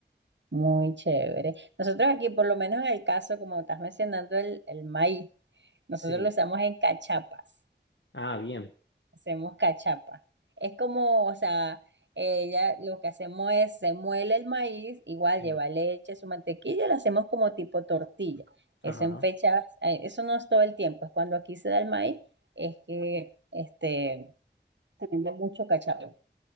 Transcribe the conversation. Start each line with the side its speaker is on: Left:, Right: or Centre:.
Right: Muy chévere. Nosotros aquí, por lo menos en el caso, como estás mencionando, el, el maíz, nosotros
Left: Sí.
Right: lo usamos en cachapas.
Left: Ah, bien.
Right: Hacemos cachapa. Es como, o sea, ella lo que hacemos es se muele el maíz, igual
Left: Sí.
Right: lleva leche, su mantequilla, lo hacemos como tipo tortilla.
Left: Ajá,
Right: Eso en fechas, eh, eso no es todo el tiempo, es cuando aquí se da el maíz, es que este, se vende mucho cachapa.